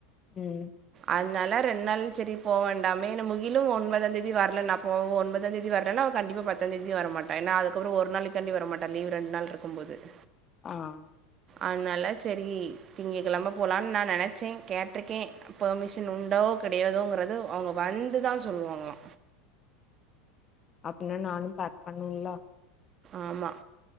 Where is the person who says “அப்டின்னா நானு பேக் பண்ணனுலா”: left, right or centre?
Left